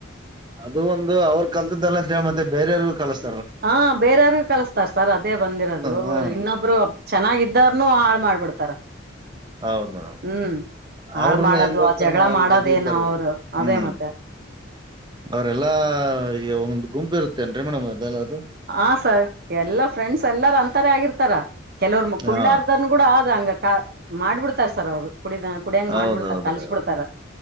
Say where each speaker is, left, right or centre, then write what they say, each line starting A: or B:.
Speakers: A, on the right (about 25°); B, on the right (about 50°).
A: ಅದು ಒಂದು ಅವ್ರರು ಕಲ್ತದಲ್ಲದೆ ಮತ್ತೆ ಬೇರೆಯವ್ರಗೂ ಕಲ್ಸ.
B: ಹಾ ಬೇರಾರ್ಗು ಕಲಸ್ತಾರ ಸರ್ ಅದೇ ಬಂದಿರೋದು
A: ಹ್ಮ್
B: ಇನ್ನೊಬ್ರು ಚೆನ್ನಾಗಿದ್ದಾರ್ನುೂ ಹಾಳ್ ಮಾಡ್ಬಿಡ್ತಾರ
A: ಹೌದ್ ಮೇಡಮ್
B: ಹ್ಮ್ ಹಾಳ್
A: ಅವ್ರನು
B: ಮಾಡೋದು
A: ಹೆಂಗ್ ಹೋಗ್ತಾರ
B: ಆ ಜಗಳ
A: ಮೇಡಮ್ ಅವ್ರ
B: ಮಾಡೋದೇನು
A: ಜೊತೆ ಇದ್ದಾರ
B: ಅವರು
A: ಹ್ಮ್
B: ಅದೇ ಮತ್ತೆ.
A: ಅವರೆಲ್ಲಾ ಈ ಒಂದ ಗುಂಪು ಇರುತ್ತೇನ್ರಿ ಮೇಡಮ್ ಅದೆಲ್ಲದು.
B: ಹ ಸರ್ ಎಲ್ಲಾ ಫ್ರೆಂಡ್ಸ್ ಎಲ್ಲಾರ ಅಂತಾರೆ ಆಗಿರ್ತಾರ ಕೆಲವರು ಕುಳ್ಳಾರ್ದ
A: ಹಾ
B: ನನ್ನ ಕೂಡ ಆದ ಹಂಗ ಮಾಡ್ಬಿಡ್ತಾರೆ ಸರ್ ಅವ್ರು ಕುಡಿದ. ಕುಡಿಯಂಗ
A: ಹೌದೌದ್ರೀ
B: ಮಾಡ್ಬಿಡ್ತಾರ ಕಲ್ಸ ಬಿಡ್ತಾರ